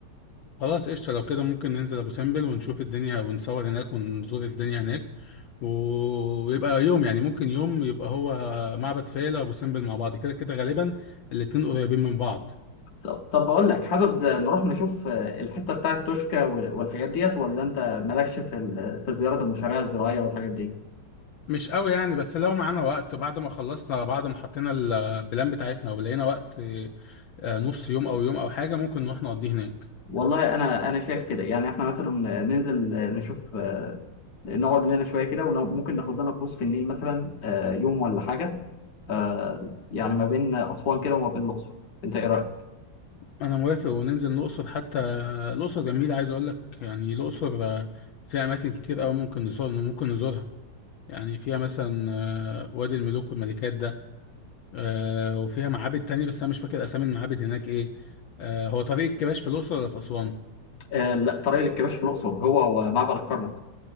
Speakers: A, on the left (about 70°); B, on the left (about 50°).
A: خلاص قشطة لو كده ممكن ننزل أبو سمبل ونشوف الدنيا ونصور هناك ونزور الدنيا هناك و- ويبقى يوم يعني ممكن يوم يبقى هو معبد فيلة وأبو سمبل مع بعض كده كده غالبا الاتنين قريبين من بعض
B: ط- طب بقول لك حابب نروح نشوف آه، الحته بتاعت توشكا وال- والحاجات ديت ولا انت مالكش في ال- في زياره المشاريع الزراعيه والحاجات دي
A: مش قوي يعني بس لو معانا وقت بعد ما خلصنا بعد ما حطينا البلان بتاعتنا ولقينا وقت آه، نص يوم أو يوم أو حاجة ممكن نروح نقضيه هناك
B: والله انا انا شايف كده يعني احنا مثلا ننزل نشوف آه، نقعد لنا شويه كده وممكن ناخد لنا كروز في النيل مثلا آه، يوم ولا حاجه آه، يعني ما بين اسوان كده وما بين الاقصر انت ايه رايك؟
A: أنا موافق وننزل الأقصر حتى الأقصر جميلة عايز أقول لك يعني الأقصر آه، فيها أماكن كتير أوي ممكن نزور ممكن نزورها يعني فيها مثلا آه، وادي الملوك والملكات ده آه، وفيها معابد تانية بس أنا مش فاكر أسامي المعابد هناك إيه آه، هو طريق الكباش في الأقصر ولا في أسوان؟
B: آه، لا طريق الكباش في الاقصر هو ومعبد الكرنك